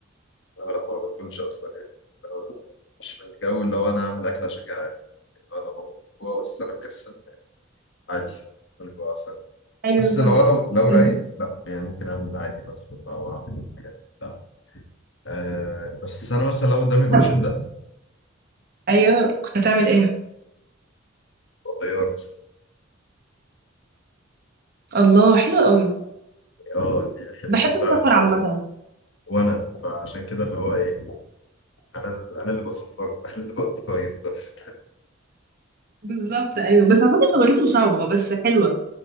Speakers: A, on the left; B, on the right.
A: اللي هو لا ما بدخلش اصلا يعني اللي هو مش من الجو اللي هو انا هعمل اكل عشان جعان لو هو جوه بس انا مكسل عادي بدخل جوه احسن
B: ايوه
A: بس لو لو لو
B: فاهمة.
A: رايق لا يعني ممكن اعمل عادي بدخل بقى واعمل حاجات بتاع أه بس انا مثلا لو قدامي الاوبشن
B: طب
A: ده
B: ايوه كنت هتعمل ايه
A: هو طيار مثلا
B: الله حلو قوي
A: اه دي,
B: بحب
A: دي
B: السفر
A: بقى
B: عامه
A: ف- وانا فعشان كده اللي هو ايه انا ال- انا اللي بصفر بقى، <laughs> انا اللي بطير بس
B: بالظبط ايوه بس على فكره شغلتهم صعبه بس حلوه